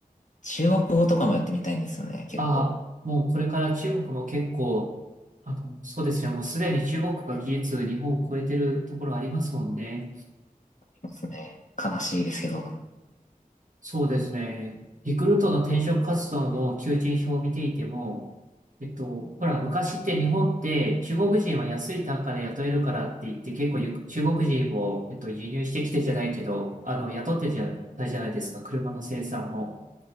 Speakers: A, on the left; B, on the right.
A: 中国語とかもやってみたいんですよね。結構。
B: あ、もうこれから中国も結構、あの、そうですね、もうすでに中国が技術日本を超えてるところありますもんね。
A: ですね。悲しいですけど。あ
B: そうですね。リクルートの転職活動の求人票を見ていても、えっと、ほら、昔って日本って中国人は安い単価で雇えるからって言って結構ゆく中国人を、えっと、輸入してきてじゃないけど、あの、雇ってじゃないじゃないですか、車の生産も。